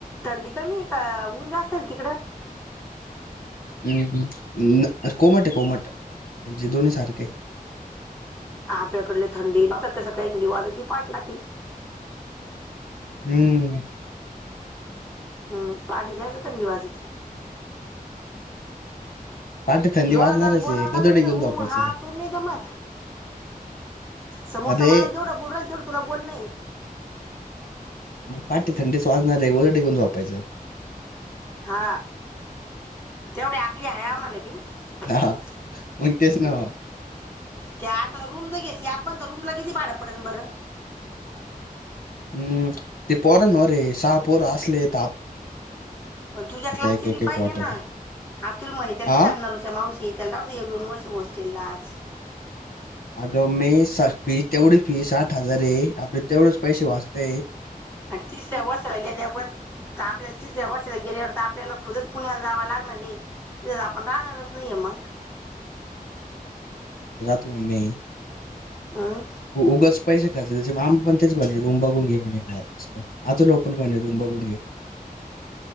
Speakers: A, on the left; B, on the left.
A: थंडी कमी का ऊन जास्त आहेना तिकडं
B: हुं हुं कोमट ये कोमट म्हणजे दोन्ही सारखये.
A: आपल्याकडले थंडी सळी सकाळी थंडी वाजती पाटी पाटी
B: हुं
A: हुं पाठी जास्त असत थंडी वाजती.
B: पाटे थंडी
A: जोराात
B: वाजणारच
A: जात बोलावं
B: आहे
A: लागल
B: गोदडे घेऊन
A: हुं
B: झोपायचं
A: हा करून नाही जमत. समोरचा
B: अरे
A: माणूस जेवढं बोलु राहील तेवढं तुला बोलनये.
B: पहाटे थंडीच वाजणारे गोधडी घेऊन झोपायचं.
A: हा तेवढी आकली हाये आम्हाला बी हम
B: हा मग तेच ना वा.
A: त्या आता रूम ज घेतल्या रूमला किती भाडं पडेल बरं.
B: हम्म ते पोरांवर ये सहा पोर असलेत
A: पण तुझ्या क्लासचे
B: एक एक
A: बी
B: एक
A: पाहिजेल
B: वाटायला
A: ना अतुल म्हणे त्याला
B: हा
A: नाही जमणार <unintelligible> मावशी त्याला राहू दे एक दोन वर्ष होस्टेल लाच.
B: अगं मेस <unintelligible> तेवढी फी सठ हजार ये आपले तेवढेच पैसे वाचता येत.
A: आणि तिसऱ्या वर्षाला गेल्यार आपल्याला तिसऱ्या वर्षाला गेल्यावर तर आपल्याला खुदच पुण्याला जावं लाग णार रे तिथं आपण राहणारच नाहीेये मग.
B: तु मम्मी.
A: हम्म
B: उगाच पैसे खर्च त्याचे मामा पण तेच म्हणे रूम बघून घे म्हणे बाहेर नसत आत लो पण म्हणे रूम बघून घे.